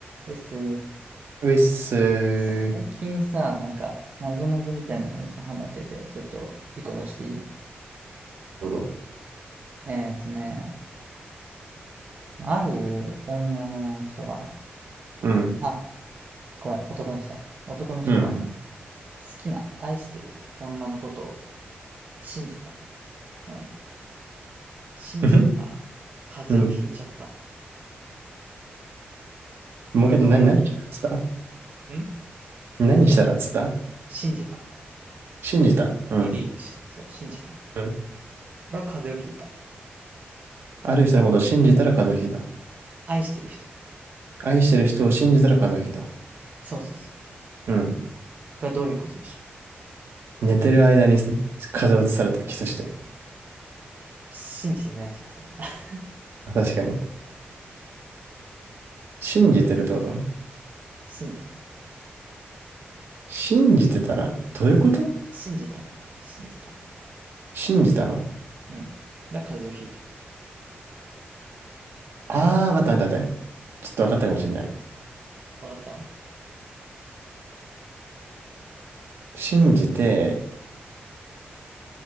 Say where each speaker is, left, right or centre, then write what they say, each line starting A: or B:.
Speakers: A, on the right; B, on the right.
A: です。
B: ウエッスー。
A: 最近さ、なんか、なぞなぞみたいなのにさ、ハマってて、ちょっと、一個出していい
B: そうだ。
A: えっとね、ある女の人は、
B: うん。
A: あ、ごめん、男の人だ。男の人は、
B: うん。
A: 好きな、愛してる女のことを信じたのね。信じたら、
B: うん。
A: 風邪をひいちゃったの。
B: うんもう一回、
A: これどういう意でしょ
B: な、何したらっつった
A: うん
B: 何したらっつった
A: 信じた。
B: 信じた。うん。
A: believe した。そう、信じた。だか
B: うん。
A: ら風邪をひいた。
B: ある人のことを信じたら風邪をひいた。
A: 愛してる人。
B: 愛してる人を信じたら風邪をひいた。
A: そうそうそう。
B: うん。
A: これどういうことでしょう
B: 寝てる間に風邪をうつされた。キスして。
A: 信じてないじゃん、それは。<laughs>
B: 確かに。信じてるってことね。
A: 信じた。
B: 信じてたら、どういうこと
A: 信じたの。信じた。
B: 信じたの
A: うん。だ、風邪をひいた。
B: あー、待って待って待って。ちょっと分かったかもしれない。
A: わかった
B: 信じて、